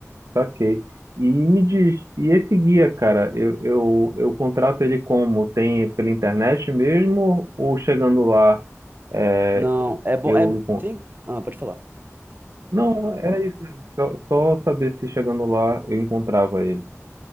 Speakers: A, on the right; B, on the right.
A: saquei. E me diz, e esse guia, cara, eu, eu, eu contrato ele como? Tem pela internet mesmo ou chegando lá é,
B: Não, é bom.
A: eu
B: É,
A: encontro?
B: tem, ah, pode falar.
A: Não, era isso. mesmo. Só, só saber se chegando lá eu encontrava ele.